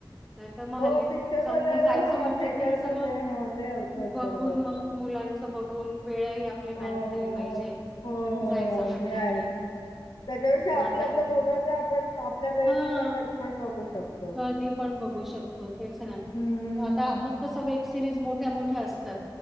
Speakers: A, in the centre; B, on the left (about 65°).
A: नाहीतर म
B: हो
A: हल्ली
B: पिक्चर
A: समजा
B: बघायला
A: जायचं
B: हां,
A: म्हंटलं
B: थिएटरमध्ये
A: तरी सगळं
B: हां, ते होतंच
A: बघून
B: बरोबर.
A: मग मुलांच बघून वेळ ही आपली
B: हो, हो,
A: मॅच झाली पाहिजे
B: हो, हो,
A: जायचं
B: हो,
A: म्हटलं
B: ते आहेच.
A: की.
B: त्याच्यापेक्षा
A: मग
B: आपल्या
A: आता
B: आपल्या मोबाईला आपण आपल्या वेळेनुसार
A: हा
B: कधी पण बघू शक
A: कधी पण बघू शक तो तेच ना
B: हं. हं,
A: आता
B: हं.
A: मग तर सगळे सिरीज मोठ्या मोठ्या असतात.